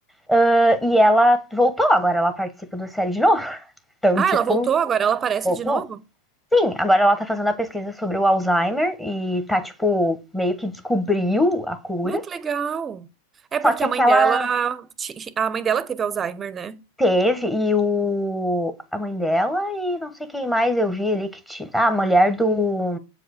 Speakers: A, in the centre; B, on the right.
A: ãh, e ela voltou, agora ela participa da série de novo. <laughs> Então,
B: Ah,
A: tipo,
B: ela voltou, agora ela aparece
A: voltou.
B: de novo?
A: Sim, agora ela tá fazendo a pesquisa sobre o Alzheimer e tá, tipo, meio que descobriu a cura.
B: Ah, que legal. É porque
A: Só que
B: a
A: aquela
B: mãe dela, ti- a mãe dela teve Alzheimer, né?
A: Teve, e o, a mãe dela e não sei quem mais eu vi ali que tira. Ah, a mulher do.